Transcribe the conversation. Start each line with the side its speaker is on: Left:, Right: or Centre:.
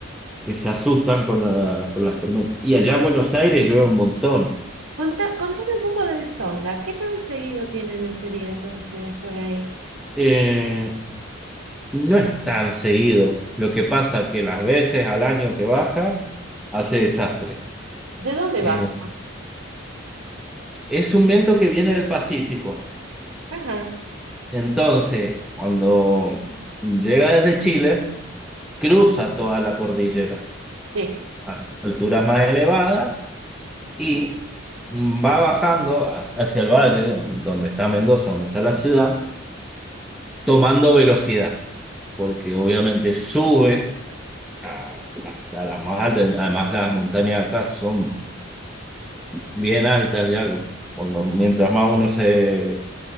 Centre: que se asustan con, la- con las tormentas. Y allá en Buenos Aires llueve un montón.
Right: Contá- contame un poco del Sonda. ¿Qué tan seguido tienen ese viento ustedes por ahí?
Centre: Eh, no es tan seguido. Lo que pasa que las veces al año que baja, hace desastre.
Right: ¿De dónde
Centre: Eh,
Right: baja?
Centre: Es un viento que viene del Pacífico.
Right: Ajá,
Centre: Entonces, cuando llega desde Chile, cruza toda la cordillera
Right: Sí,
Centre: a alturas más elevadas y va bajando hacia hacia el valle, donde está Mendoza, donde está la ciudad, tomando velocidad, porque obviamente sube a- hasta la más alta. Además, las montañas acá son bien altas ya, cuando, mientras más uno se